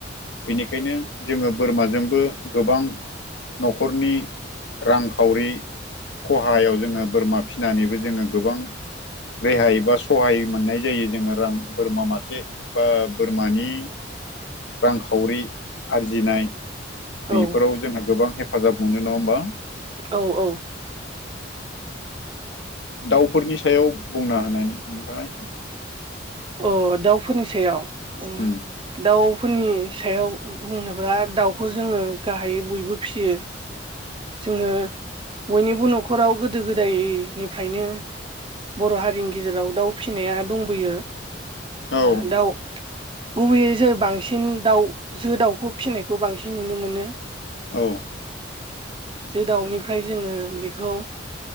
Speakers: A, on the left; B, on the right.
A: बेनिखायनो जोङो बोरमाजोंबो गोबां न'खरनि रांखावरि खहायाव जोङो बोरमा फिसिनानैबो जोङो गोबां रेहाय बा सहाय मोननाय जायो जोङो रां बोरमा मासे बा बोरमानि रांखावरि आरजिनाय
B: औ
A: बेफोराव जोंहा गोबां हेफाजाब मोनो नङा होमबा
B: औ औ
A: दाउफोरनि सायाव बुंना होनाय नोंथाङा एसे
B: अ दाउफोरनि सायाव
A: एसे
B: उम दाउ फोरनि सायाव बुंनोब्ला दाउखौ जोङो गाहायै बयबो फिसियो जोङो बयनिबो न'खराव गोदो गोदायनिफ्रायनो बर' हारिनि गेजेराव दाउ फिसिनाया दंबोयो
A: औ
B: ओ दाउ गुबैयै जों बांसिन दाउ जो दाउखौ फिसिनायखौ बांसिन नुनो मोनो
A: औ
B: जो दाउनिफ्राय जोङो बेखौ